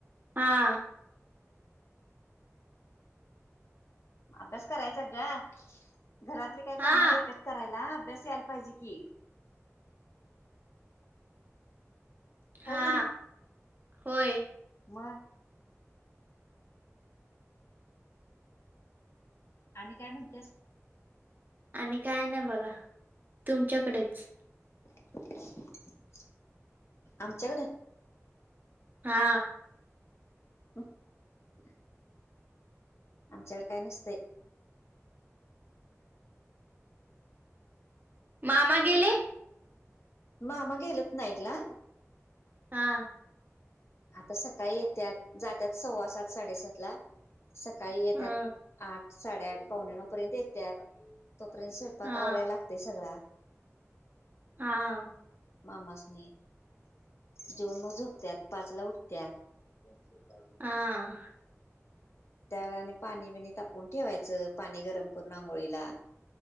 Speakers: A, on the right; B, on the left.
A: हां!
B: अभ्यास करायचा ग घरातले काही
A: हा
B: कामं येत्यात करायला, अभ्यास यायला पाहिजे की.
A: हा
B: होय
A: होय!
B: म! आणि काय म्हणतेस.
A: आणि काय नाही बघा तुमच्याकडेच.
B: <inaudible> आमच्याकड? <inaudible>
A: हा
B: आमच्याकड काय नसतय.
A: मामा गेले
B: मामा गेलेत नाईटला.
A: हा!
B: आता सकाळी येत्यात, जात्यांत सव्वा सात साडेसातला काही येत्यांत
A: हा
B: आठ, साडेआठ, पावणेनऊपर्यंत येत्यांत, तोपर्यंत स्वयंपाक
A: हा
B: आवरायला ते सगळां
A: हा!
B: मामासनि जेवूण म झोपत्यांत पाचला उठत्यांत. त्यांचं टार्गेट.
A: आ!
B: त्यां <unintelligible> पाणी बिणी तापून ठेवायचं पाणी गरम करून आंघोळीला.